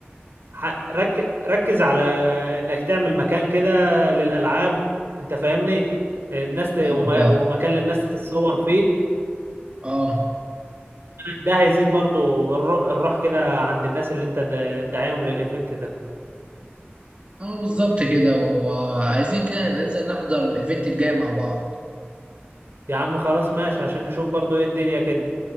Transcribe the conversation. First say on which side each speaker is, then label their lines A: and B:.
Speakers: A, on the right; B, on the right.
A: ح... رك... ركز على انك تعمل مكان كده للألعاب انت فاهمني الناس ت... وما...
B: فاهمك اه
A: ومكان للناس تتصور فيه
B: اه
A: ده هيزيد برضو الر... الروح كده عند الناس اللي انت د- داعيهم للايفنت ده
B: آه، بالظبط كده وعايزين كده نبقى ننزل نحضر الايفنت الجاي مع بعض
A: يا عم خلاص ماشي عشان نشوف برضو ايه الدنيا كده